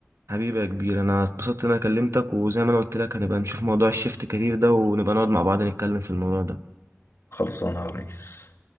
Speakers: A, on the right (about 75°); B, on the left (about 65°).
A: حبيبي يا كبير انا اتبسطت ان انا كلمتك وزي ما انا قلت لك هنبقى نشوف موضوع الشيفت كارير ده ونبقى نقعد مع بعض نتكلم في الموضوع ده
B: خلصانه يا ريس